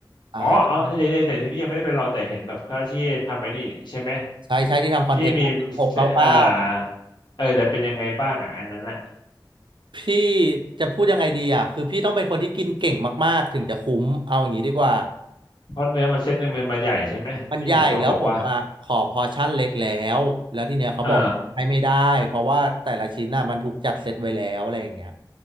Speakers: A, on the right; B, on the left.
A: อ่า
B: อ๋ออ๋อเดี๋ยวเดี๋ยวแต่พี่ยังไม่ได้ไปลองแต่เห็นแบบเขาที่ทำไอ้นี่นี่ใช่ไหม
A: ใช่ใช่ที่ทำคอนเทนต์หกเก้าเก้า
B: ที่มีเอ่อเออแต่เป็นยังไงบ้างอ่ะอันนั้นอ่ะ
A: พี่จะพูดยังไงดีอ่ะคือพี่ต้องเป็นคนที่กินเก่งมากๆถึงจะคุ้มเอาอย่างนี้ดีกว่า
B: เพราะเนื้อมันเซตหนึ่งมันมาใหญ่ใช่ไหมพี่เห็นเขาบอกว่า
A: มันใหญ่แล้วผมอ่ะขอพอร์ชั่นเล็กแล้วแล้วทีเนี้ยเขาบอกให้ไม่ได้เพราะว่าแต่ละชิ้นน่ะมันถูกจัดเซตไว้แล้วอะไรอย่างเงี้ย
B: เออ